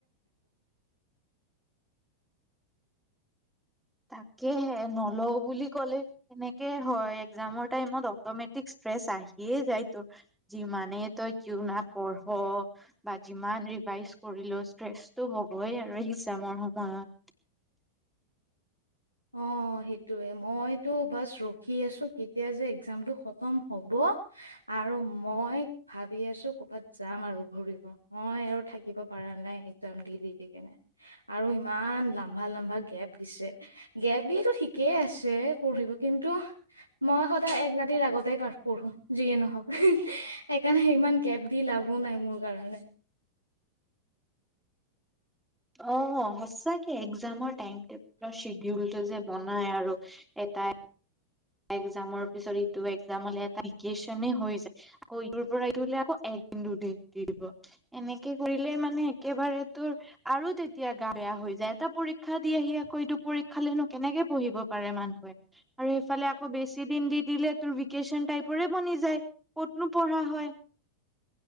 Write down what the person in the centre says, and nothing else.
তাকেহে নলওঁ বুলি ক'লে তেনেকে হয়, একজামৰ টাইমত অটমেটিক ষ্ট্ৰেছ আহিয়ে যায় তোৰ। যিমানে তই কিউ না পঢ়। বা যিমান ৰিভাইজ কৰিলেও ষ্ট্ৰেছটো হ'বই আৰু একজামৰ সময়ত।
অ' সঁচাকে একজামৰ টাইম টেবুলৰ চিডিউলটো যে বনাই আৰু। এটাই। একজামৰ পিছত ইটো একজামলে হ'লে এটা ভেকেচনে হৈ যায়। আকৌ ইটোৰ পৰা ইটোলে আকৌ একদিন দুদিন দি দিব। এনেকে কৰিলেই মানে একেবাৰে তোৰ। আৰু তেতিয়া গা বেয়া হৈ যায়। এটা পৰীক্ষা দি আহি আকৌতো পৰীক্ষালেনো কেনেকে পঢ়িব পাৰে মানুহে।
আৰু সেইফালে আকৌ বেছি দিন দি দিলে তোৰ ভেকেশচন টাইপৰে বনি যায় ক'তনো পঢ়া হয়।